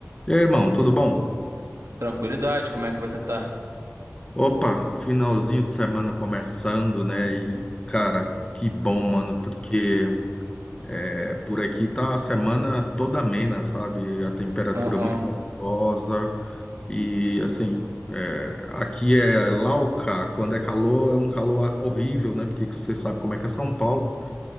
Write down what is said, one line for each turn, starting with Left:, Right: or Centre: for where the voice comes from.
Left: E aí, irmão, tudo bom?
Right: Tranquilidade, como é que você tá?
Left: Opa, finalzinho de semana começando, né? E, cara, que bom, mano, porque é, por aqui tá a semana toda amena, sabe? A temperatura
Right: Aham,
Left: muito gostosa e, assim, é, aqui é Lauca, quando é calor é um calor horrível, né? Porque você sabe como é que é São Paulo.